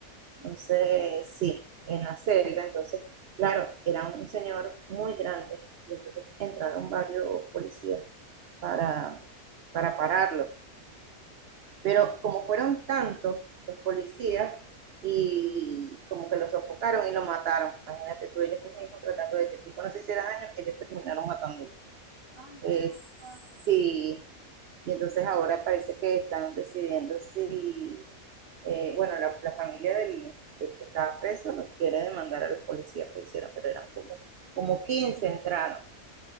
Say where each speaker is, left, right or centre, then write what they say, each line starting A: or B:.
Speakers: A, on the right; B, on the right.
A: ay,
B: Entonces,
A: qué,
B: sí, en la celda, entonces, claro, era un señor muy grande y entonces entraron varios policías para, para pararlo. Pero como fueron tantos los policías y como que lo sofocaron y lo mataron, imagínate tú, ellos mismos tratando de que el tipo no se hiciera daño, ellos terminaron matándolo.
A: ay,
B: Eh,
A: qué mala pata,
B: sí, y entonces ahora parece que están decidiendo si eh, bueno, la, la familia del, del que estaba preso lo quiere demandar a los policías que hicieron, pero eran como, como 15 entraron.